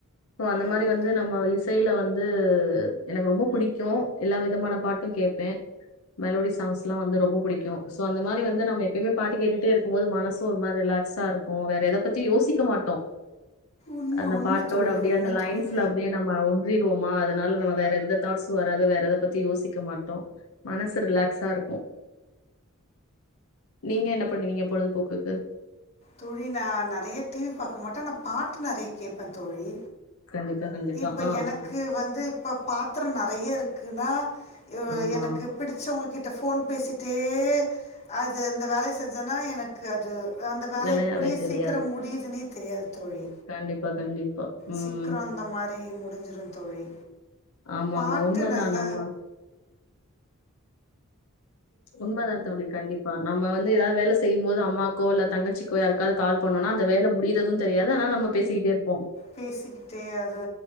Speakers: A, on the left; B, on the left.
A: சோ அந்த
B: ஆமாங்க
A: மாதிரி வந்து நம்ம இசையில வந்து எனக்கு ரொம்ப பிடிக்கும் எல்லா விதமான பாட்டும் கேட்பேன் மெலோடி சாங்ஸ் எல்லாம் வந்து ரொம்ப புடிக்கும் சோ அந்த மாதிரி வந்து நம்ம எப்பயுமே பாட்டு கேட்டுட்டே இருக்கும் போது மனசும் ஒரு மாதிரி ரிலாக்ஸா இருக்கும் ம் வேற எத பத்தி யோசிக்க மாட்டோம்
B: உண்மை
A: அந்த
B: உண்மை
A: பாட்டோட
B: தோழி
A: அப்படியே
B: உண்மை
A: அந்த லைன்ஸ்ல
B: தோழி
A: அப்படியே நம்ம செய்றோமா அதனால நம்ம வேற எந்த தாட்ஸும் வராது வேற எத பத்தி யோசிக்க மாட்டோம் மனசு ரிலாக்ஸா இருக்கும் நீங்க என்ன பண்ணுவீங்க பொழுதுபோக்குக்கு
B: தோழி நான் நிறைய டிவி பார்க்க மாட்டேன் நா பாட்டு நிறைய கேப்பேன் தோழி
A: கண்டிப்பா கண்டிப்பா
B: இப்ப
A: ஆ
B: எனக்கு
A: ஆ
B: வந்து இப்ப பாத்திரம் நிறைய இருக்குன்னா
A: ஆமா
B: எனக்கு பிடிச்சவங்க கிட்ட போன் பேசிட்டே அது அந்த வேலைய செஞ்சன்னா எனக்கு அது வேல
A: விளையாவே
B: எப்பிடி
A: தெரியாது
B: சீக்கிரம் முடியுதுன்னே தெரியாது தோழி
A: கண்டிப்பா கண்டிப்பா ம்
B: சீக்கிரம் அந்த மாரி அடிஞ்சிரும் தோழி
A: ஆமா
B: பாட்டு
A: ஆமா உண்மைதான்
B: நல்ல
A: நம்ம உண்ம தான் தோழி கண்டிப்பா நம்ம நம்ம வந்து ஏதாவது வேல செய்யும்போது அம்மாக்கோ இல்ல தங்கச்சிக்கோ யாருக்காவது கால் பண்னோனா அந்த வேல முடியிறதும் தெரியாது ஆனாலூ நம்ம பேசிக்கிட்டே இருப்போம்
B: பேசிக்கிட்டே அது